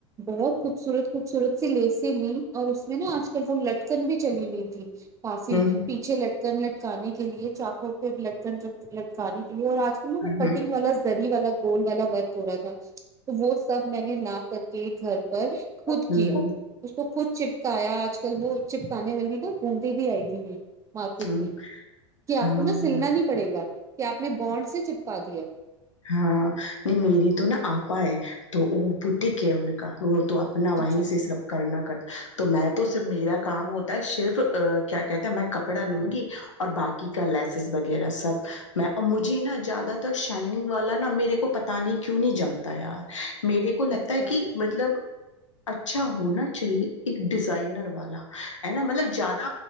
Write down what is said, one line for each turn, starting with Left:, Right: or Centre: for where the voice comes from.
Right: بہت خوبصورت خوبصورت سی لیسیں لی <unintelligible> اور اس میں نا آج کل وہ ل <unintelligible> کن بھی چلی گئی تھی کافی
Left: ہوں
Right: پیچھے لگ لکن لٹکانے کے لیے چاقو پہ لٹکن لٹکانے کے لیے اور آ کٹنگ
Left: ہوں
Right: والا زری والا رول والا ورک ہو رہا تھا تو وہ سب میں نے لا کر کے گھر پر خود
Left: ہوں
Right: کیا
Left: ہوں
Right: اس کو خود چپکایا آج کل وہ چپکانے والی کونتی بھی آئی گی ہیں کتنی
Left: ہوں
Right: کہ
Left: ہاں
Right: آپ کو نا سلنا نہیں پڑے گا کہ آپ نے بانڈ سے چ پا دیا
Left: ہاں نہیں میری تو نہا آپا ہے تو وہ ٹھیک ہے ان کا وہ تو اپنا وہیں
Right: اچھا
Left: سے سب کرنا کر تو میں تو صرف میرا کام ہوتا ہے صرف کیا کہتے ہیں میں کپڑا لوں گی اور باقی کا لیسز وغیرہ سب میں اور مجھے نا زیادہ تر ش گ والا نا میرے کو پتا نہیں کیوں نہیں جمتا یار میرے کو لگتا
Right: اچھا
Left: ہے کہ مطلب اچھا ہونا چاہیے ایک ڈیزائنر والا ہے نا مطلب زیاد